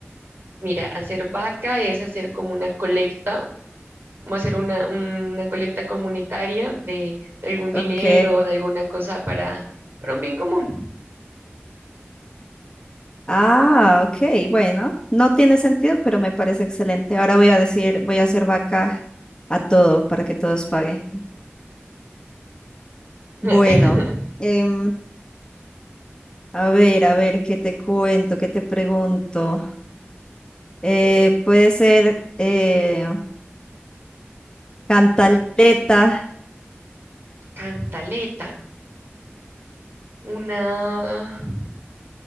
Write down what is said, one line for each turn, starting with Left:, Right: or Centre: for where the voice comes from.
Right: Mira, hacer vaca es hacer como una colecta como hacer una, una colecta comunitaria de, de algún dinero,
Left: Ok.
Right: o de alguna cosa para, para un bien común.
Left: Ah, ok, bueno. No tiene sentido, pero me parece excelente. Ahora voy a decir, voy a hacer vaca a todo para que todos paguen.
Right: <laughs>
Left: Bueno, em, a ver, a ver, ¿qué te cuento? ¿Qué te pregunto? Eh, puede ser eh, cantaleta.
Right: Cantaleta, una,